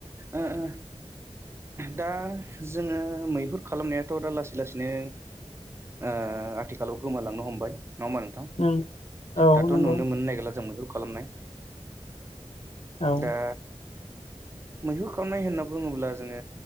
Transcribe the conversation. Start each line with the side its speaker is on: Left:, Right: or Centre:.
Right: ओ ओ दा जोङो मैहुर खालामनायाथ' दा लासै लासैनो ओ आथिखालाव गोमालांनो हमबाय। नङा होमबा नोंथां
Left: नों औ
Right: दाथ'
Left: नंगौ
Right: नुनो मोननो नागिरला जों मैहुर खालामनाय।
Left: औ
Right: दा
Left: <inaudible>
Right: मैहुर खालामनाय होनना बुङोब्ला जोङो